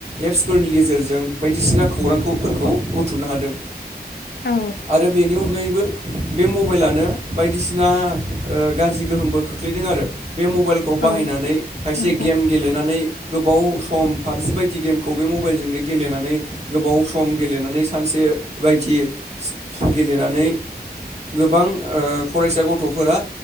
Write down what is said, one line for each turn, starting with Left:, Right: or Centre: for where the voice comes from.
Right: एप्सफोरनि गेजेरजों बायदिसिना खौरांखौ फोरखौ बुथुमनो हादों
Left: औ
Right: आरो बेनि अनगायैबो बे मबाइलानो बायदिसिना ओ गाज्रि गोहोमबो खोख्लैदों आरो बे मबाइलखौ
Left: औ
Right: बाहायनानै खायसे
Left: नंगौ
Right: गेम गेलेनानै गोबाव सम पाबजि बायदि गेमखौ बे मबाइलजोंनो गेलेनानै गोबाव सम गेलेनानै सानसे बायदि गेलेनानै गोबां ओ फरायसा गथफोरा